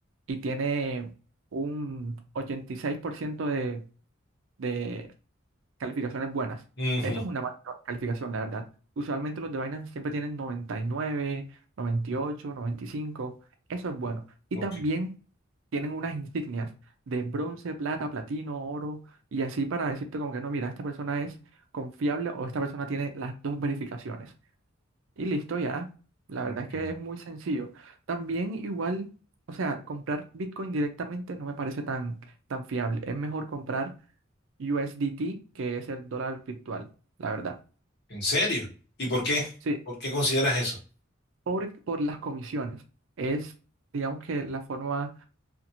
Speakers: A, on the right (about 65°); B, on the left (about 55°).
A: y tiene un 86% de, de calificaciones buenas.
B: Ujú,
A: Eso es una mala calificación, la verdad. Usualmente los de Binance siempre tienen noventa noventa y y nueve, noventa y ocho, noventa y cinco. Eso es bueno. Y
B: ok,
A: también tienen unas insignias de bronce, plata, platino, oro, y así para decirte como que no, mira, esta persona es confiable o esta persona tiene las dos verificaciones. Y listo ya. La
B: ok.
A: verdad es que es muy sencillo. También igual, o sea, comprar Bitcoin directamente no me parece tan, tan fiable. Es mejor comprar USDT, que es el dólar virtual, la verdad.
B: ¿En serio? ¿Y por qué?
A: Sí,
B: ¿Por qué consideras eso?
A: por, por las comisiones. Es, digamos que la forma,